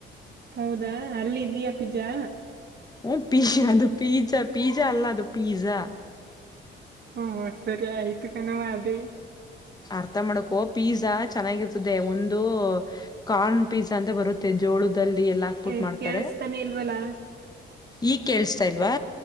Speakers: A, on the right; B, on the left.
A: ಹೌದಾ ಅಲ್ಲಿ ಇದೀಯಾ ಪಿಜ್ಜಾ
B: ಹಓ ಪಿ ಅದು ಪಿಜಾ ಪಿಜಾ ಅಲ್ಲ ಅದು ಪಿಜಾ
A: ಹ್ಮ ಸರಿ ಆಯಿತು ಕ ನ ಅದೇ
B: ಅರ್ಥ ಮಾಡಕೊ ಪಿಜಜಾ ಚೆನ್ನಾಗಿರ್ತದೆ ಒಂದು ಕಾರ್ನ್ ಪೀಜಜಾ ಅಂತ ಬರುತ್ತೆ ಜೋಳದಲ್ಲಿ ಎಲ್ಲ ಹಾಕ್ಬಿಟ್ಟು
A: ಏ
B: ಮಾಡ್ತಾರೆ
A: ಕೇಳಿಸ್ತಾನೆ ಇಲ್ವಲ್ಲ
B: ಈಗ ಕೇೇಳಸ್ತಾ ಇಲ್ವಾ